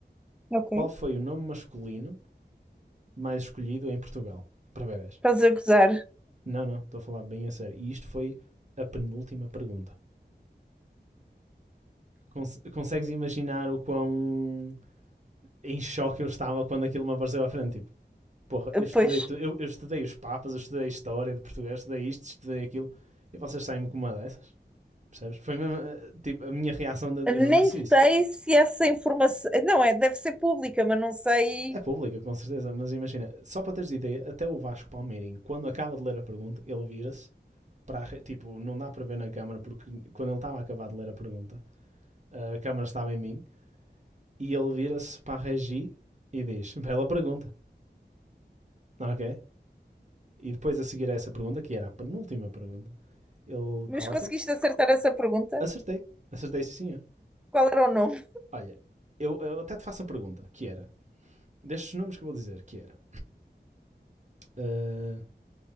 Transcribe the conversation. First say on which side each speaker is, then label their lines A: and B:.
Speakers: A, in the centre; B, on the right.
A: ok.
B: qual foi o nome masculino mais escolhido em Portugal para bebés?
A: Estás a gozar.
B: Não, não, estou a falar bem a sério. E isto foi a penúltima pergunta. Cons- consegues imaginar o quão em choque eu estava quando aquilo me apareceu à frente? Tipo, porra, eu estudei,
A: Pois,
B: tu- eu, eu estudei os papas, eu estudei a história de Portugal, eu estudei isto, estudei aquilo, e vocês saem-me com uma dessas, percebes? Foi mesmo, eh, tipo, a minha reação, de,
A: nem
B: eu não disse isso.
A: sei se essa informação. Não, é, deve ser pública, mas não sei.
B: É pública, com certeza, mas imagina, só para teres ideia, até o Vasco Palmeirinho, quando acaba de ler a pergunta, ele vira-se para, a tipo, não dá para ver na câmara, porque quando ele estava a acabar de ler a pergunta, a câmara estava em mim, e ele vira-se para a Regi e diz, bela pergunta, ok? E depois a seguir a essa pergunta, que era a penúltima pergunta, ele
A: Mas
B: corta,
A: conseguiste acertar essa pergunta?
B: acertei, acertei sim
A: Qual era o nome?
B: Olha, eu, eu até te faço a pergunta, que era, destes nomes que eu vou dizer, que era eh,